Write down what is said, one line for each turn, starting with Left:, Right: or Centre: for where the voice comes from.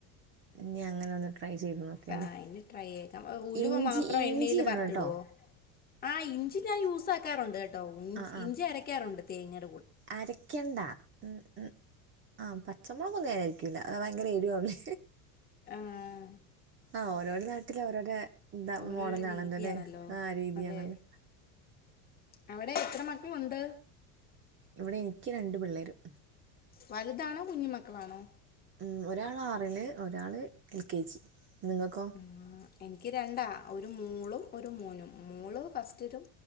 Right: ഇഞ്ഞി അങ്ങനെ ഒന്ന് ട്രൈ ചെയ്തു നോക്കേണ്ടി
Left: ആഹ് ഇനി ട്രൈ ചെയ്തേക്കാം ഉലുവ
Right: ഇഞ്ചി
Left: മാത്രം
Right: ഇഞ്ചി
Left: എണ്ണയിൽ
Right: ഇടണം
Left: വറത്തിടുവോ
Right: കേട്ടോ
Left: ആ ഇഞ്ചി ഞാൻ യൂസ ആക്കാറുണ്ട് ോ
Right: ആ ആ
Left: ഇഞ്ചി അരയ്ക്കാറുണ്ട് തേങ്ങന
Right: അരക്കണ്ട ഉം ഉം അ പച്ച നമ്മക്കൊന്നും <unintelligible> കൂല്ല അ ഭയങ്കര എരുവാ ഉള്ളേ
Left: ആഹ
Right: ആ ഓരോര നാട്ടില ഓരോര ഇതാ
Left: ഓരോരോ
Right: മോഡല ആണല്ലൊല്ലേ
Left: രീതിയാണല്ലോ
Right: ആ രീതിയാണല്ലോ
Left: അതെ അവിടെ എത്ര മക്കളുണ്ട്
Right: ഇവിടെ എനിക്ക് രണ്ടു പിള്ളേരും
Left: വലുതാണോ കുഞ്ഞു മക്കളാണോ
Right: ഉം ഒരാൾ ആറില് ഒരാള് എൽ കെ ജി നിങ്ങൾക്കോ
Left: ആഹ് എനിക്ക് രണ്ടാ ഒരു മോളും ഒരു മോനും മോള് ഫസ്റ്റിലും